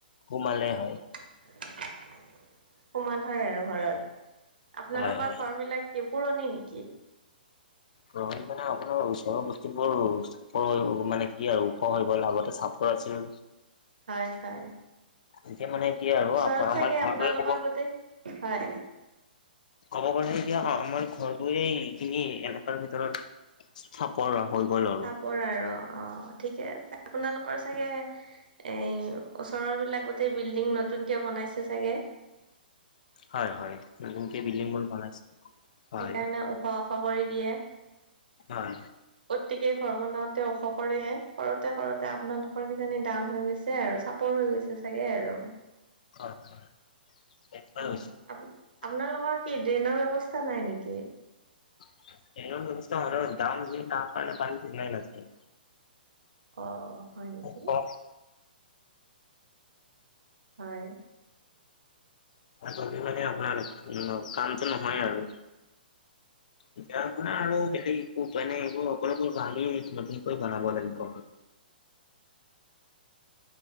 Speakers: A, on the left (about 50°); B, on the right (about 65°).
A: সোমালে হয়।
B: সোমাল হয় আৰু ঘৰত আপোনালোকৰ
A: হয় হয়।
B: ঘৰবিলাক কেপুৰণি নেকি?
A: গৰম মানে আপোনাৰ ওচৰ বস্তুবোৰ ওপৰ হৈ গ' মানে কি আৰু ওখ হৈ গ'ল আগতে চাপৰ আছিল।
B: হয় হয়।
A: এতিয়া মানে কি আৰু
B: ওচৰত
A: আমাৰ
B: চাগে
A: ঘৰটোৱে
B: আপোনালোকৰ
A: ক'ব
B: গোটেই হয়।
A: ক'ব গ'লে এতিয়া অঁ আমাৰ ঘৰটোৱেই এইখিনি এডোখৰ ভিতৰত চাপৰ হৈ গ'ল আৰু।
B: পৰা আৰু অ ঠিকে আছে আপোনালোকৰ চাগে। এই ওচৰৰ বিলাক গোটেই বিল্ডিং নতুনকে বনাইছে চাগে।
A: হয় হয় নতুনকে বিল্ডিং বোৰ বনাইছে হয়।
B: সেইকাৰণে ওখ ওখ কৰি দিয়ে।
A: হয়।
B: গতিকে ঘৰ বনাওঁতে ওখ কৰে কৰোতে কৰোতে আপোনালোকৰ কিজানি ডাউন হৈ গৈছে আৰু চা পৰ হৈ গৈছে চাগে আৰু।
A: <unintelligible>
B: হয় আপোনালোকৰ কি ড্ৰেইনৰ ব্যৱস্থা নাই নেকি?
A: ড্ৰেইনৰ ব্যৱস্থা হলেও দাউন যে তাৰ কাৰণে পানীতু ওলাই নাজাই।
B: অ', হয় নেকি
A: কম
B: অ হয়।
A: জলদি মানে আপোনাৰ কামটো নহয় আৰু।
B: <inaudible>
A: এতিয়া আপোনাৰ আৰু বেলেগ একো উপায় নাই আৰু এইবোৰ সকলোবোৰ ভাঙি নতুনকৈ বনাব লাগিব।